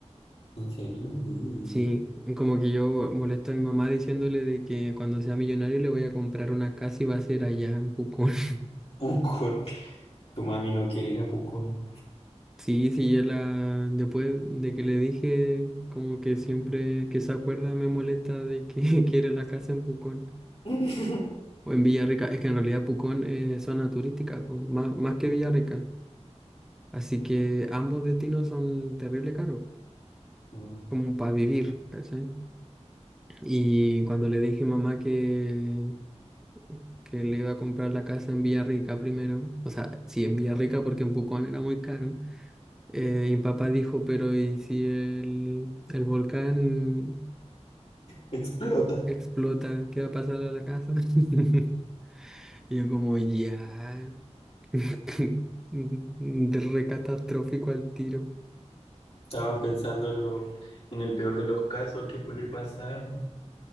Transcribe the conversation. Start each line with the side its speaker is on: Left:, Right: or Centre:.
Left: ¿En serio? Uh,
Centre: Sí, como que yo molesto a mi mamá diciéndole de que cuando sea millonario le voy a comprar una casa y va a ser allá en Pucón. <laughs>
Left: Pucón. Tu mami no quiere ir a Pucón.
Centre: Sí, sí, yo la... Después de que le dije, como que siempre que se acuerda me molesta de que <laughs> quiere la casa en Pucón.
Left: <laughs>
Centre: O en Villarrica, es que en realidad Pucón es zona turística, po, más, más que Villarrica. Así que ambos destinos son terrible caros,
Left: Mm,
Centre: como para vivir, ¿cachai? Y cuando le dije a mamá que, que le iba a comprar la casa en Villarrica primero, o sea, sí, en Villarrica porque en Pucón era muy caro, eh, y papá dijo, pero ¿y si el, el volcán
Left: Explota.
Centre: explota? ¿Qué va a pasar a la casa? <laughs> Y yo como, ya, <laughs> de re catastrófico al tiro.
Left: Estaba pensando en lo, en el peor de los casos que puede pasar.